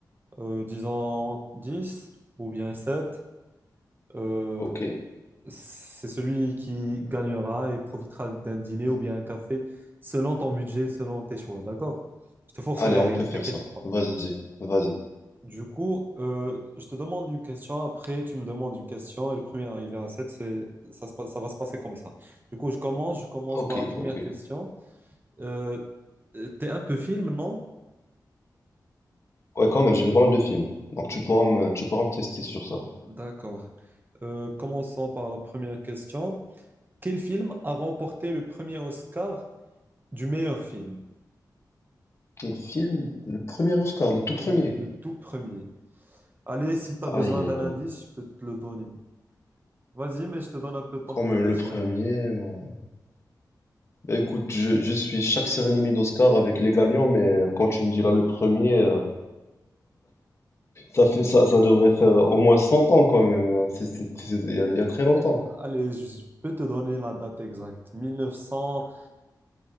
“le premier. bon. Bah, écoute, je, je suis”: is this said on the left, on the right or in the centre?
Left